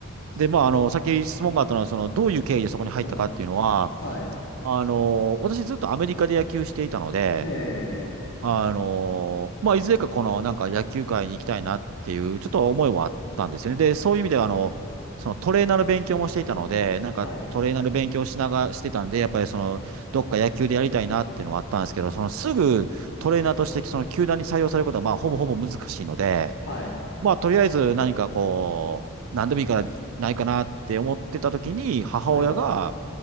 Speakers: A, on the left; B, on the right.
A: ー、そ
B: で、まああの、さっき質問があったのは、その、どういう経緯でそこに入ったかっていうのは、
A: う。はい。はい。
B: あの、私ずっとアメリカで野球していたので、
A: え
B: あのーまあ、いずれかこのなんか野球界に行きたいなっていう、ちょっと思いはあったんですよね。で、そういう意味では、あの、そのトレーナーの勉強もしていたので、なんかトレーナーの勉強しながらしてたんで、
A: ー、はい。
B: やっぱりその、どっか野球でやりたいなっていうのはあったんですけど、そのすぐトレーナーとしてその球団に採用されることはまあほぼほぼ難しいので、
A: はい。
B: まあとりあえず何かこう、何でもいいからないかなって思ってた時に、母親が、
A: はい。